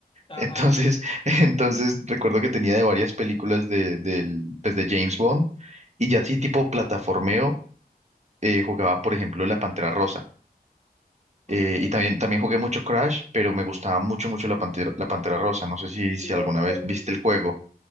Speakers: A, on the left; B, on the right.
A: Ajá,
B: Entonces, <laughs> entonces recuerdo que tenía de varias películas de, del, pues de James Bond y ya así tipo plataformeo eh, jugaba, por ejemplo, La Pantera Rosa.
A: ok.
B: Eh, y también, también jugué mucho Crash, pero me gustaba mucho, mucho La Pantera, La Pantera Rosa. No sé si, si
A: Le-
B: alguna vez viste el juego.